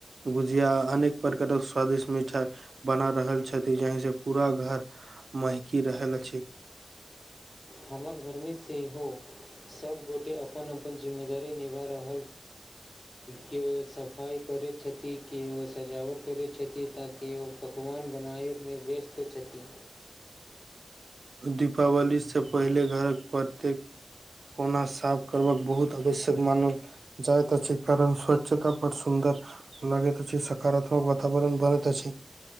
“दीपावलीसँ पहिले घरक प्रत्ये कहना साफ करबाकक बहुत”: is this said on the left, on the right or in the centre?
Right